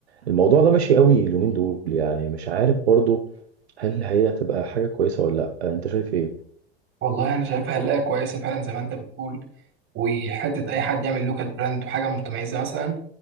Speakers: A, on the right (about 85°); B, on the right (about 40°).
A: الموضوع ده ماشي قوي اليومين دول يعني مش عارف برضو هل هي هتبقى حاجه كويسه ولا لا انت شايف ايه
B: والله انا شايفها هلاقي كويسة فعلا زي ما انت بتقول وحتة اي حد يعمل لوكال براند وحاجة متميزة مثلا